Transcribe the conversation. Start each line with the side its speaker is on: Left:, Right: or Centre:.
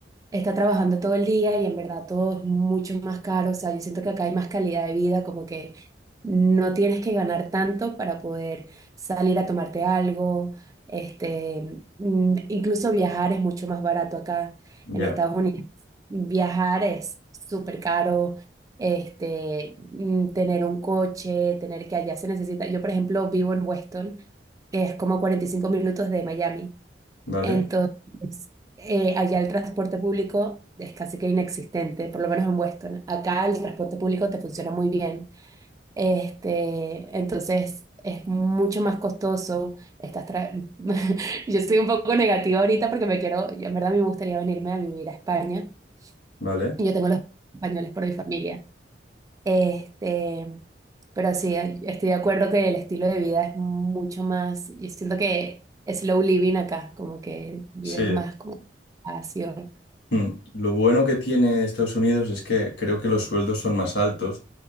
Right: está trabajando todo el día y en verdad todo es mucho más caro, o sea, yo siento que acá hay más calidad de vida, como que no tienes que ganar tanto para poder salir a tomarte algo, este, mm, incluso viajar es mucho más barato acá
Left: Ya,
Right: en Estados Unidos. Viajar es súper caro, este, mm, tener un coche, tener que allá se necesita. Yo, por ejemplo, vivo en Weston, que es como 45 minutos de Miami.
Left: vale,
Right: Entonces, eh, allá el transporte público es casi que inexistente, por lo menos en Weston. Acá el transporte público te funciona muy bien. Este, entonces, es mucho más costoso. Estás tra- <laughs> Yo soy un poco negativa ahorita porque me quiero, yo en verdad me gustaría venirme a vivir a España.
Left: vale.
Right: y Yo tengo los españoles por mi familia. Este, pero sí, estoy de acuerdo que el estilo de vida es mucho más, yo siento que es slow living acá, como que vives
Left: Sí.
Right: más como espacio.
Left: Mm, Lo bueno que tiene Estados Unidos es que creo que los sueldos son más altos.